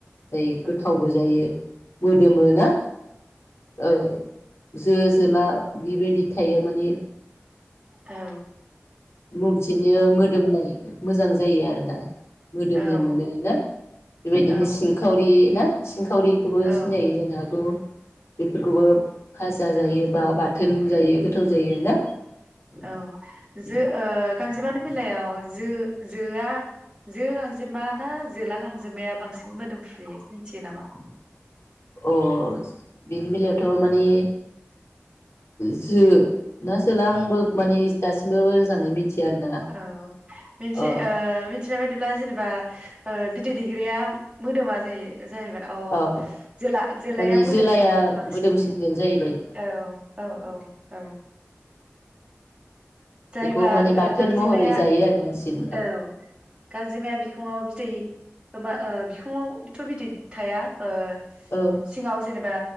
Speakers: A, on the left; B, on the right.
A: जायो गोथावबो
B: औ
A: जायो मोदोमो औ औ जो जोला बिबायदि थायो माने
B: औ
A: मथिनो मोदोमनाय मोजां जायो आरोना मोदोमनाय
B: ओ
A: मोनो ना बेबायदिनो
B: औ
A: सिंखावरि ना सिंखावरिखौबो
B: औ
A: सिनायो जानो हागौ बेफोरखौबो फाजा
B: औ
A: जायोबा बाथोन जायो। गोथाव जायो ना
B: औ जो ओ गांजेमानि बेलायाव जो-जोआ जो गांजेमा ना जोला गांजेमाया बांसिन मोदोमफ्रुयो मिथियो नामा?
A: अ बिनि बेलायावथ' माने जो ना जोला आंबो माने दासिमबो मोजाङै मिथिया आरोना
B: औ मोनसे
A: अ
B: ओ मिथिनाय बायदिब्ला जेनेबा अ बिदै दैग्राया मोदोमा जायो जाहैबाय औ
A: अ
B: जोला-जोलाया
A: माने
B: मोदोमो
A: जोलाया
B: बांसिन
A: मोदोमसिनगोन जाहैबाय
B: औ औ औ औ जायबा
A: बेखौ माने
B: ओ
A: बाथोन
B: गांजेमाया
A: महरै जायो आरो बांसिन
B: औ गांजेमाया बिखङाव बिदै होमबा ओ बिखुंआवथ' बिदैै थाया ओ
A: औ
B: सिङाव जेनेबा